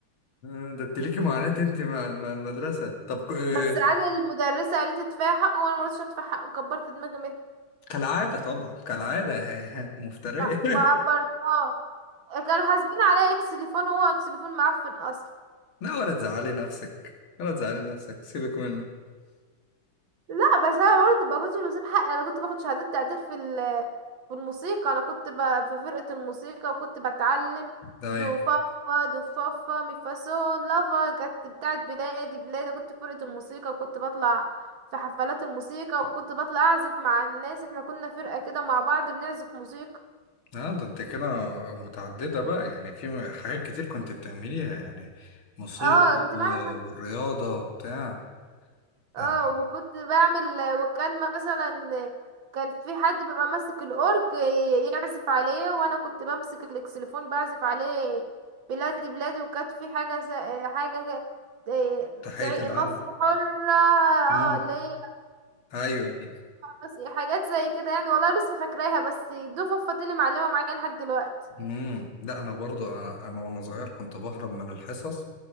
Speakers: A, on the left; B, on the right.
A: آه، ده انت ليكي معاناة انت مع مع المدرسة طب ك- آه،
B: بس عاد المدرسه قالت ادفعي حقه وانا ما رضيتش ادفع حقه كبرت دماغي منه
A: كالعادة طبعا كالعادة ها- ها، مفترية
B: ما ما عبرتها كانوا حاسبين عليا اكسليفون وهو اكسليفون معفن اصلا
A: <laughs> لا ولا تزعلي نفسك ولا تزعلي نفسك سيبك منه
B: لا بس انا برضه ما كنتش بسيب حقي انا كنت باخد شهادات تقدير في ال- في الموسيقى انا كنت ب... في فرقة الموسيقى وكنت بتعلم
A: ده
B: دو
A: ايه
B: فا فا دو فا فا مي فا سول لا فا كانت بتاعت بلادي بلادي كنت في فرقة الموسيقى وكنت بطلع في حفلات الموسيقى وكنت بطلع اعزف مع الناس احنا كنا فرقة كده مع بعض بنعزف موسيقى
A: اه ده انت كده متعددة بقى يعني في م- حاجات كتير كنت بتعمليها يعني موسيقى
B: اه كنت
A: و-
B: بعمل
A: والرياضة وبتاع
B: اه
A: ده أنت
B: وكنت بعمل وكان مثلا كان في حد بيبقى ماسك الاورج ي- يعزف عليه وانا كنت بمسك الاكسليفون بعزف عليه بلادي بلادي وكانت في حاجه س... حاجه ك- إيه،
A: تحية
B: بتاع-
A: العالم
B: مصر حره اه
A: آه.
B: اللي هي
A: ايوه دي
B: لصيحة حاجات زي كده يعني والله لسه فاكراها بس دي فضفت اللي معلمه معايا لحد دلوقتي
A: امم لا انا برضو انا أنا وانا صغير كنت بهرب من الحصص